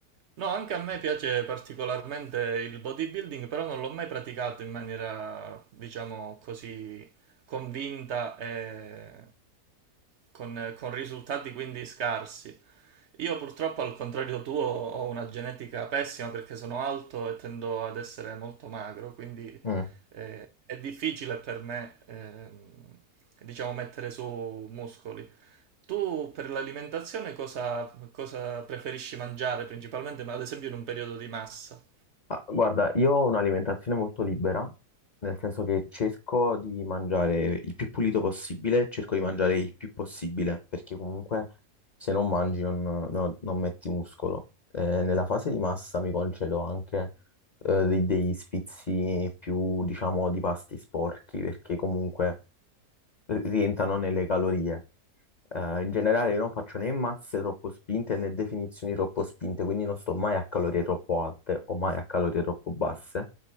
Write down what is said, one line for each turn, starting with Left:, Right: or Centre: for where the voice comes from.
Right: No, anche a me piace particolarmente il bodybuilding, però non l'ho mai praticato in maniera, diciamo così, convinta e con, con risultati quindi scarsi. Io purtroppo, al contrario tuo, ho una genetica pessima perché sono alto e tendo ad essere molto magro, quindi
Left: Mm.
Right: è difficile per me, ehm, diciamo, mettere su muscoli. Tu per l'alimentazione cosa, cosa preferisci mangiare principalmente, ma ad esempio in un periodo di massa?
Left: Ah, guarda, io ho un'alimentazione molto libera, nel senso che cerco di mangiare il più pulito possibile, cerco di mangiare il più possibile, perché comunque se non mangi non, no- non metti muscolo. Eh, nella fase di massa mi concedo anche eh, dei- degli sfizi più, diciamo, di pasti sporchi, perché comunque rientrano nelle calorie. Eh, in generale io non faccio né masse troppo spinte né definizioni troppo spinte, quindi non sto mai a calorie troppo alte o mai a calorie troppo basse,